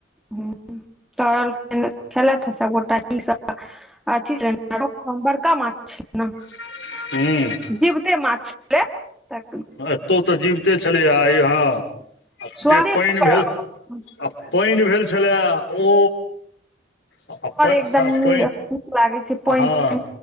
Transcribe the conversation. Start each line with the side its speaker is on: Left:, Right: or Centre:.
Centre: ह तल खेल ह सभगोटा न अथ बड़का माछ छै ने।
Left: हू।
Centre: जीवते माछ तऽ
Left: एतहूँ तऽ जीबिते छलैएहाँ आ
Centre: स्वादे
Left: से पानि भेल।
Centre: आओर
Left: आ पानि भेल छलए ओ आ पानि।
Centre: एकदम नीक लागै छै
Left: हँ
Centre: पानि तानि